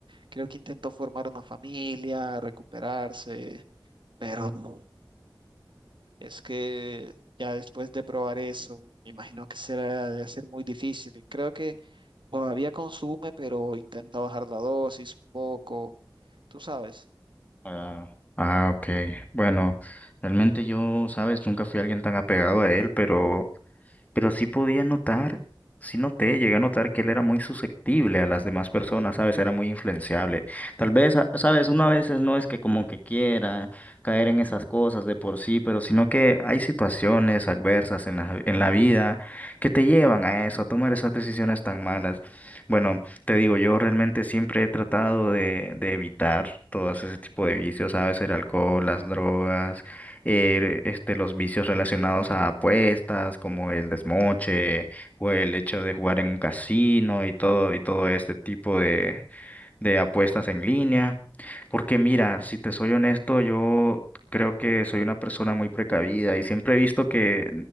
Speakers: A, on the right (about 80°); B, on the left (about 20°).
A: Creo que intentó formar una familia, recuperarse, pero no. es que ya después de probar eso, me imagino que será de ser muy difícil. Y creo que todavía consume, pero intenta bajar la dosis un poco Tú sabes,
B: Ah, ah, ok. Bueno, realmente yo, sabes, nunca fui alguien tan apegado a él, pero pero sí podía notar, sí noté, llegué a notar que él era muy susceptible a las demás personas, ¿sabes? Era muy influenciable. Tal vez, a- ¿sabes? Una veces no es que como que quiera caer en esas cosas de por sí, pero sino que hay situaciones adversas en la, en la vida que te llevan a eso, a tomar esas decisiones tan malas. Bueno, te digo, yo realmente siempre he tratado de, de evitar todo ese tipo de vicios, ¿sabes? El alcohol, las drogas eh, este, los vicios relacionados a apuestas, como el desmoche o el hecho de jugar en un casino y todo, y todo este tipo de, de apuestas en línea. Porque mira, si te soy honesto, yo creo que soy una persona muy precavida y siempre he visto que